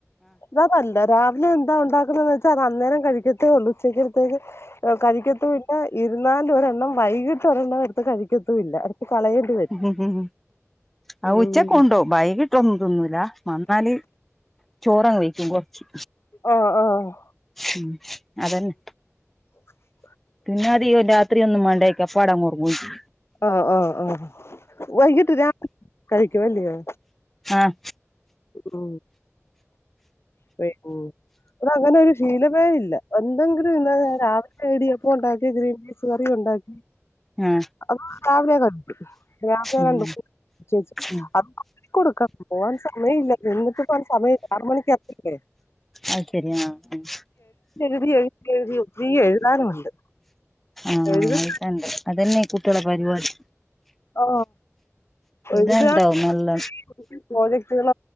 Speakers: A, on the left; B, in the centre.
A: അത നല്ലെ രാവിലെ എന്താ ഉണ്ടാക്കുന്നന്ന് വെച്ചാൽ അത് അന്നേരം കഴിക്കത്തേ ഉള്ളൂ ഉച്ചക്കെത്തേക്ക് കഴിക്കത്തുല്ല ഇരുന്നാൽ ഒരെണ്ണം വൈകിട്ട് ഒരെണ്ണം എടുത്ത് കഴിക്കത്തുല്ല അടുത്ത് കളയൽ
B: ഉം ഉം ആ
A: ഉം
B: ഉച്ചക്ക് ഉണ്ടോ വൈകിട്ടൊന്നും തിന്നൂല വന്നാല് ചോറങ് വെഴിക്കും കൊറച്ച്
A: ആഹ ആഹ
B: ഉം അതന്നെ
A: <inaudible>
B: പിന്നെ അതികം രാത്രി ഒന്നും മേണ്ടക്ക അപ്പടെഅങ്ങ് ഒറങ്ങും ചെ
A: ഒ ഒ ഒ വൈകിട്ട് രാത് കഴിക്കും അല്ലയോ
B: ആഹ
A: ഉം പ <unintelligible> അങ്ങനെ ഒരു ശീലമേ ഇല്ല എന്തെങ്കിലും ഇന്നാ രാവിലെ ഇടിയപ്പോ ഉണ്ടാക്കിയ ഗ്രി <unintelligible> കറി ഉണ്ടാക്കി
B: ആഹ
A: അപ്പൊ രാവിലെ കണ്ടു രാവിലെ
B: ഉം
A: കണ്ടു ചേച്ചി
B: ഉം
A: അത്ടുക്ക <unintelligible> പോവാൻ സമയമല്ല എന്നിട്ട് പോവാൻ സമയം ആറ് മണിക്ക് <unintelligible>
B: അത് ശരി ആഹ്
A: എഴുതി എഴുതി എഴുതി ഒത്തിരി എഴുതാനുണ്ട്
B: ആഹ
A: എഴുതി
B: അതണ്ട് അതന്നെ കുട്ടികളെ പരിപാടി
A: ഓ
B: ഇതുണ്ടാവും
A: <inaudible>
B: നല്ല
A: പ്രോജക്ടുകൾ